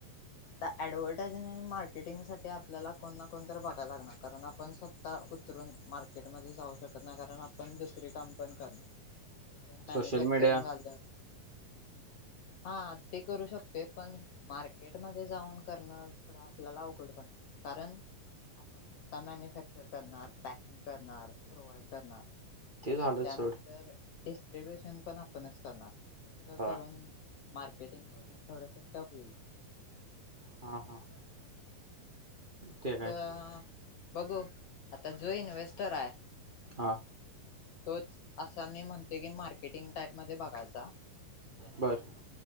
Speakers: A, on the left; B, on the right.
A: आता ऍडव्हर्टायझिंग आणि मार्केटिंग साठी आपल्याला कोण ना कोणत बघाला लागणार कारण आपण स्वतः उतरून मार्केटमध्ये जाऊ शकत नाही कारण आपण दुसरी काम पण करणार ज मॅन्युफॅक्चरिंगला
B: सोशल मीडिया
A: आले. हा ते करू शकतोय. पण मार्केट जाऊन कर थोड आपल्याला अवघड पडणार कारण आपण स्वतः मॅन्युफॅक्चर करणार पॅकिंग करणार प्रोवइड करणार
B: ते झालंच
A: त्यानंतर
B: सोड
A: डेव्हिएशन पण आपणच करणार. ते सगळं
B: हा
A: करून मार्केटिंग बघण थोडंसं टफ होईल
B: हा हा
A: मग
B: ते काय
A: बघू, आता जो इन्वेस्टर आहे
B: हा
A: तोच असा मी म्हणते की मार्केटिंग टाईप मध्ये बघायचा. जेणेकरून
B: बर